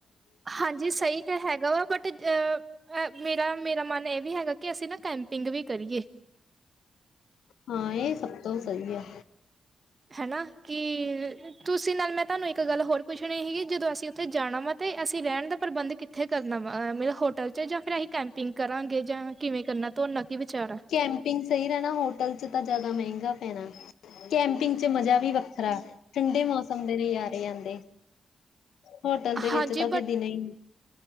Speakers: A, on the right (about 35°); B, on the left (about 80°).
A: ਹਾਂਜੀ ਸਹੀ ਤਾਂ ਹੈਗਾ ਵਾ ਬਟ ਤੇ ਅ ਮੇਰਾ ਮੇਰਾ ਮਨ ਇਹ ਵੀ ਹੈਗਾ ਕਿ ਅਸੀਂ ਨਾ ਕੈਂਪਿੰਗ ਵੀ ਕਰੀਏ।
B: ਹਾਂ ਇਹ ਸਭ ਤੋਂ ਸਹੀ ਆ
A: ਹੈਨਾ, ਕਿ ਤੁਸੀਂ ਨਾਲ ਮੈਂ ਤੁਹਾਨੂੰ ਇੱਕ ਗੱਲ ਹੋਰ ਪੁੱਛਣੀ ਸੀਗੀ ਜਦੋਂ ਅਸੀਂ ਉੱਥੇ ਜਾਣਾ ਵਾ। ਤੇ ਅਸੀਂ ਰਹਿਣ ਦਾ ਪ੍ਰਬੰਧ ਕਿੱਥੇ ਕਰਨਾ ਵਾ, ਮਤਲਬ ਹੋਟਲ ' ਜਾਂ ਫਿਰ ਅਸੀਂ ਕੈਂਪਿੰਗ ਕਰਾਂਗੇ ਜਾਂ ਕਿਵੇਂ ਕਰਨਾ। ਧੋਨਾ ਕੀ ਵਿਚਾਰ ਐ।
B: ਕੈਂਪਿੰਗ ਸਹੀ ਰਹਿਣਾ ਹੋਟਲ ਚ ਤਾਂ ਜ਼ਿਆਦਾ ਮਹਿੰਗਾ ਪੈਣਾ। ਕੈਂਪਿੰਗ ਚ ਮਜ਼ਾ ਵੀ ਵੱਖਰਾ, ਠੰਡੇ ਮੌਸਮ ਦੇ ਨਜਾਰੇ ਆਂਦੇ। ਹੋਟਲ ਦੇ ਵਿੱਚ
A: ਹਾਂਜੀ
B: ਤਾਂ ਫੇਰ
A: ਬਟ
B: ਦਿਨੇ ਈ